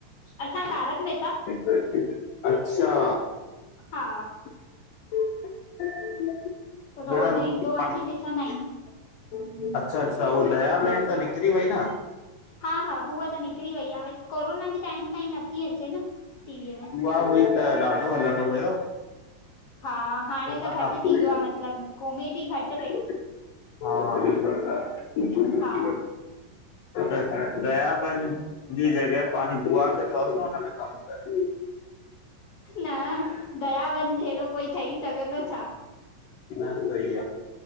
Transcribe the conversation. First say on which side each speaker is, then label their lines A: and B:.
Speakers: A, on the left; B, on the left.
A: असां तारक मेहता।
B: <unintelligible> अच्छा।
A: हा
B: <unintelligible>
A: रोज़ ईंदो आहे न ॾिसंदा आहियूं।
B: अच्छा-अच्छा, हूअ दया बहिन त निकिरी वई न?
A: हा- हा, उहा त निकिरी वई आहे, कोरोना जे टाइम सां ई नथी अचे न टीवीअ में।
B: उहा हुई त ॾाढो हलंदो हुयो।
A: हा, हाणें
B: हुन
A: त
B: खां
A: घट
B: पोइ
A: थी वियो आहे मतलब कॉमेडी घट।
B: <unintelligible>
A: हा
B: <unintelligible> दया बहिन। जी जॻह पांजी बूआ खे चवोस न हुनमें कम करे।
A: न दया बहिन जहिड़ो कोई ठही सघंदो छा?
B: <inaudible> सही आहे।